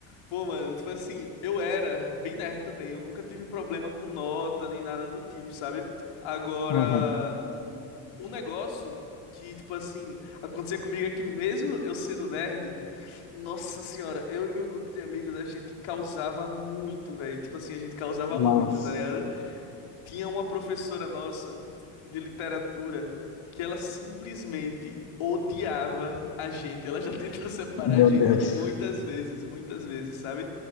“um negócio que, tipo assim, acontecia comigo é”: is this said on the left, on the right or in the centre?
Left